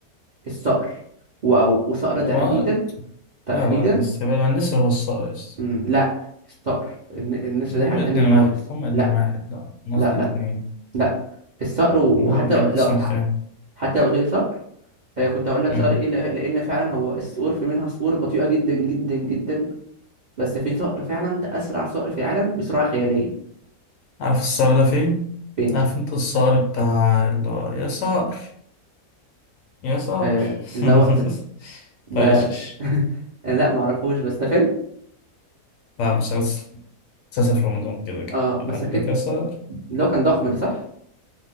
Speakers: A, on the right; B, on the left.
A: الصقر و- أو وصقر
B: ما
A: تحديدا تحديدا
B: لا لا الاستقبال مع النسر هو الصقر يا اسطى
A: مم، لا الصقر الن- النسر
B: هما
A: ده حاجة تانية
B: اتنين
A: خالص
B: واحد هما اتنين
A: لا
B: واحد لا أنا
A: لا
B: قصدي
A: لا
B: الاتنين
A: لا الصقر و-
B: لا
A: وحتى
B: بجد
A: لو لو-
B: اسمع
A: ح-
B: الكلام
A: حتى لو قلت لي صقر آه، كنت هقول لك
B: مم.
A: صقر ايه لأ- لان فعلا هو الصقور في منها صقور بطيئة جدا جدا جدا بس في صقر فعلا ده اسرع صقر في العالم بسرعة خيالية
B: عارف الصقر ده فين؟
A: فين
B: عارف انت الصقر بتاع اللي هو يا صقر يا صقر
A: آه، اللي هو
B: <laughs>
A: ده
B: بتاع ايش إيش؟
A: <laughs> لا معرفوش بس ده فيلم
B: لا مسلسل مسلسل في رمضان كده كده
A: اه بس
B: قال
A: اكيد
B: لك يا صقر
A: اللي هو كان ضخم ده صح